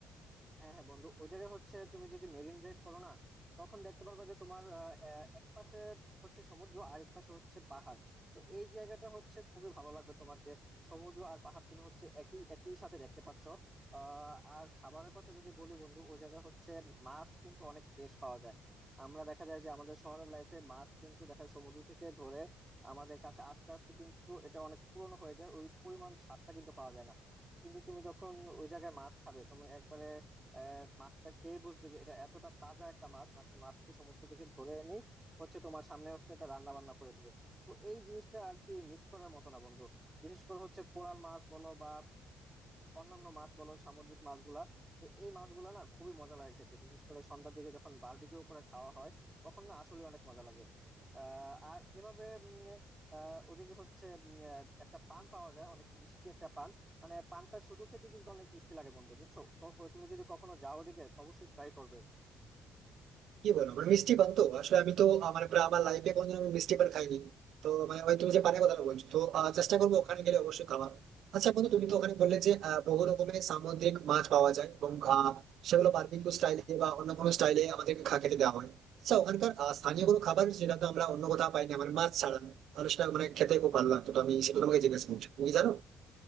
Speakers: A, on the right; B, on the right.
A: হ্যাঁ হ্যাঁ বন্ধু ওই জায়গায় হচ্ছে তুমি যদি মেরিন ড্রাইভ করো না তখন দেখতে পারবা যে তোমার আহ, আহ, এক পাশে হচ্ছে সমুদ্র আর এক পাশে হচ্ছে পাহাড় তো এই জায়গাটা হচ্ছে খুবই ভালো লাগবে তোমার যে সমুদ্র আর পাহাড় তুমি হচ্ছে একই একই সাথে দেখতে পাচ্ছ আহ আর খাবারের কথা যদি বলি বন্ধু ওই জায়গায় হচ্ছে মাছ কিন্তু অনেক ফ্রেশ পাওয়া যায় আমরা দেখা যায় যে আমাদের শহরের লাইফে মাছ কিন্তু দেখা যায় সমুদ্র থেকে ধরে আমাদের কাছে আস্তে আস্তে কিন্তু এটা অনেক পুরনো হয়ে যায় ওই পরিমাণ স্বাদটা কিন্তু পাওয়া যায় না কিন্তু তুমি যখন ওই জায়গায় মাছ খাবে তুমি একবারে আহ মাছটা খেয়ে বুঝবে যে এটা এতটা তাজা একটা মাছ মাছটা মাত্র সমুদ্র থেকে ধরে এনে হচ্ছে তোমার সামনে হচ্ছে এটা রান্না বান্না করে দিবে তো এই জিনিসটা আর কি মিস করার মতো না বন্ধু বিশেষ করে হচ্ছে কোরাল মাছ বলো বা অন্যান্য মাছ বলো সামুদ্রিক মাছগুলা তো এই মাছগুলা না খুবই মজা লাগে খেতে বিশেষ করে সন্ধ্যার দিকে যখন বারবিকিউ করে খাওয়া হয় তখন না আসলে অনেক মজা লাগে আহ আর এভাবে উম, আহ, ওদিকে হচ্ছে উম, আহ, একটা পান পাওয়া যায় অনেক মিষ্টি একটা পান মানে পানটা শুধু খেতে কিন্তু অনেক মিষ্টি লাগে বন্ধু বুঝছো তো তুমি যদি কখনো যাও ওদিকে অবশ্যই ট্রাই করবে
B: কি বলো মানে মিষ্টি পান তো আসলে আমি তো আমার প্রায় আমার লাইফে কোনোদিন আমি মিষ্টি পান খাইনি তো মানে ওই তুমি যে পানের কথা বলছো তো আহ, চেষ্টা করবো ওখানে গেলে অবশ্যই খাওয়া আচ্ছা বন্ধু তুমি তো ওখানে বললে যে আহ, বহু রকমের সামুদ্রিক মাছ পাওয়া যায় এবং আহ, সেগুলো বারবিকিউ স্টাইলে বা অন্য কোনো স্টাইলে আমাদেরকে খা খেতে দেওয়া হয় আচ্ছা ওখানকার আহ, স্থানীয় কোনো খাবার যেটা তো আমরা অন্য কোথাও পাই না মানে মাছ ছাড়া তাহলে সেটা মানে খেতে খুব ভালো লাগতো তো আমি সেটা তোমাকে জিজ্ঞেস করছি তুমি কি জানো